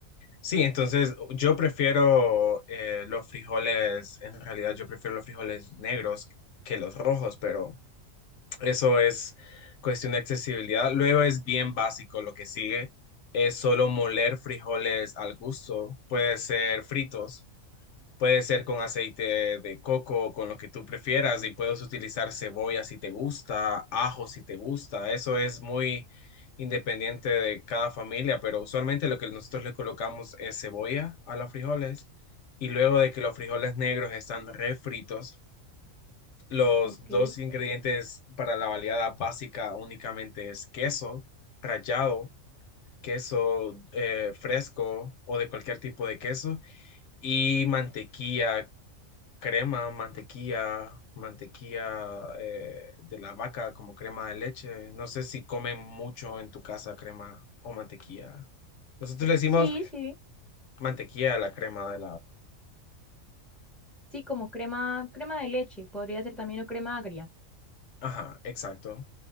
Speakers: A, on the left (about 65°); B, in the centre.
A: Sí, entonces yo prefiero eh, los frijoles, en realidad yo prefiero los frijoles negros que los rojos, pero Eso es cuestión de accesibilidad. Luego es bien básico lo que sigue. Es solo moler frijoles al gusto. Puede ser fritos, puede ser con aceite de coco, o con lo que tú prefieras, y puedes utilizar cebolla si te gusta, ajo si te gusta. Eso es muy independiente de cada familia, pero usualmente lo que nosotros le colocamos es cebolla a los frijoles. Y luego de que los frijoles negros están refritos, los
B: Ok.
A: dos ingredientes para la baleada básica únicamente es queso rallado, queso eh, fresco o de cualquier tipo de queso y mantequilla, crema, mantequilla, mantequilla eh, de la vaca como crema de leche. No sé si comen mucho en tu casa crema o mantequilla. Nosotros le decimos
B: Sí, sí.
A: mantequilla a la crema de la
B: Sí, como crema, crema de leche, podría ser también o crema agria.
A: Ajá, exacto.